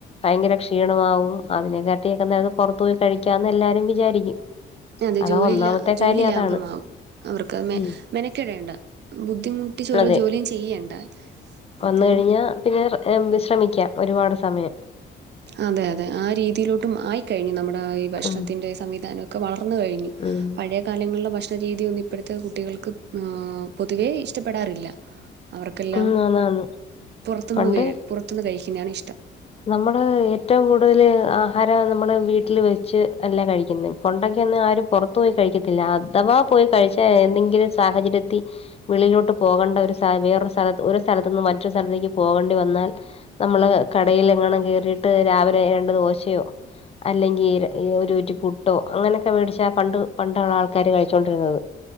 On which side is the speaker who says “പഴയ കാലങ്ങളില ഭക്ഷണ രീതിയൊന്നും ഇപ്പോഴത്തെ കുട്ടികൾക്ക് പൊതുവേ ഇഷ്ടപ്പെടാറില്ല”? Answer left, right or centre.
Right